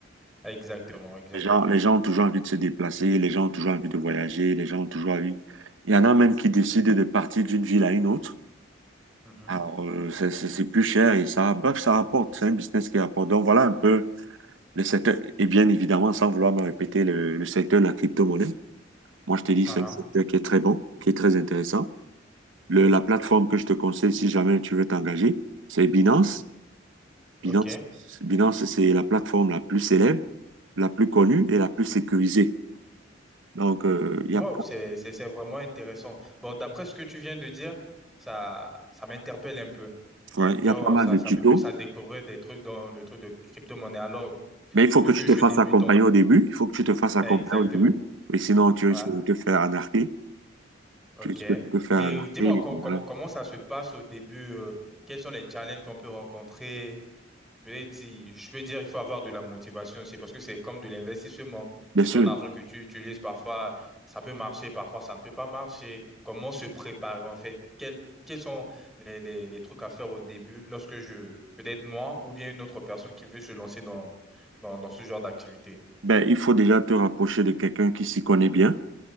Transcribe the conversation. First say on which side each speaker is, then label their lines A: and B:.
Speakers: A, in the centre; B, on the right (about 80°).
A: Exactement, exactement.
B: Les gens, les gens ont toujours envie de se déplacer, les gens ont toujours envie de voyager, les gens ont toujours envie. Il y en a même qui décident de partir d'une ville à une autre.
A: Mhm.
B: Alors, euh, c'est c'est- c'est plus cher et ça, bref, ça rapporte. C'est un business qui rapporte. Donc, voilà un peu le secteur. Et bien évidemment, sans vouloir me répéter, le, le secteur de la crypto-monnaie. Moi, je te dis,
A: Ah,
B: c'est un secteur qui est très bon, qui est très intéressant. Le, la plateforme que je te conseille si jamais tu veux t'engager, c'est Binance. Binance,
A: OK.
B: Binance, c'est la plateforme la plus célèbre, la plus connue et la plus sécurisée. Donc, euh, il
A: Waouh,
B: y a
A: c'est, c'est, c'est vraiment intéressant. Bon, d'après ce que tu viens de dire, ça, ça m'interpelle un peu.
B: Ouais,
A: Genre,
B: il y a pas mal
A: ça,
B: de
A: ça
B: tutos,
A: me pousse à découvrir des trucs dans le truc de crypto-monnaie. Alors,
B: mais il faut
A: vu
B: que
A: que
B: tu
A: je
B: te
A: suis
B: fasses
A: débutant,
B: accompagner au début. Il faut que tu te fasses accompagner
A: exactement.
B: au début, mais sinon tu
A: Ouais,
B: risques de te faire anarquer.
A: ok.
B: Tu risques de te faire
A: Et
B: anarquer.
A: dis-moi, com-
B: et voilà.
A: comment comment ça se passe au début? euh, quels sont les challenges qu'on peut rencontrer? Peut-être si- je peux dire, il faut avoir de la motivation aussi parce que c'est comme de l'investissement. C'est
B: Bien sûr,
A: ton argent que tu utilises. Parfois, ça peut marcher, parfois, ça ne peut pas marcher. Comment se préparer en fait? Quels, quels sont les, les- les trucs à faire au début lorsque je, peut-être moi ou bien une autre personne qui veut se lancer dans, dans, dans ce genre d'activité?
B: ben, il faut déjà te rapprocher de quelqu'un qui s'y connaît bien,